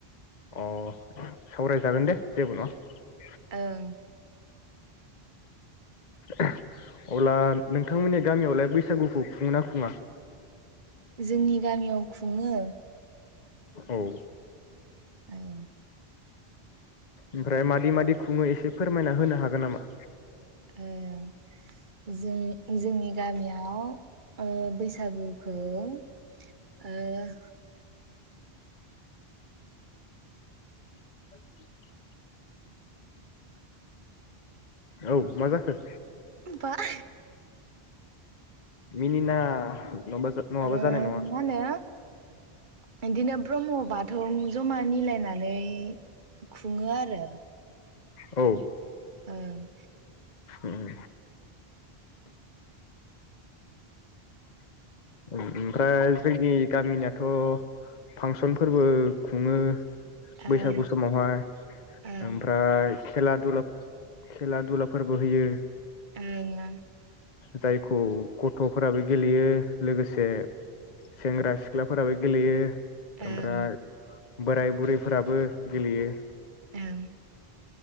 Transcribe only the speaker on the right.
ओं
जोंनि गामियाव खुङो
ओं
ओ जोंनि जोंनि गामिया आव ओ बैसागुखौ ओ
बा <inaudible>
ओ मा
होनो बिदिनो ब्रह्मबाद थौ जमा मिलायनानै खुङो आरो
ओ <inaudible>
ओं
ओं
ओं आ।
ओं।
ओं।